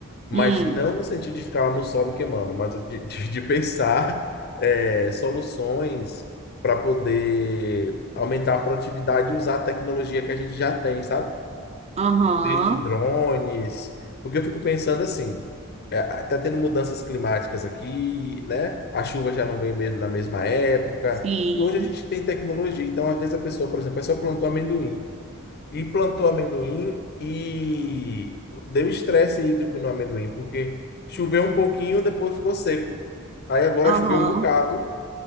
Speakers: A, on the left; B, on the right.
A: mas
B: Hum,
A: não no sentido de ficar lá no sol me queimando, mas de, de, <laughs> de pensar é, soluções para poder aumentar a produtividade e usar a tecnologia que a gente já tem, sabe?
B: aham,
A: Desde drones, porque eu fico pensando assim, é, tá tendo mudanças climáticas aqui, né? A chuva já não vem mesmo na mesma época,
B: sim.
A: e hoje a gente tem tecnologia, então às vezes a pessoa, por exemplo, a pessoa plantou amendoim, e plantou amendoim e deu estresse hídrico no amendoim, porque choveu um pouquinho, depois ficou seco. Aí agora
B: Aham,
A: choveu um bocado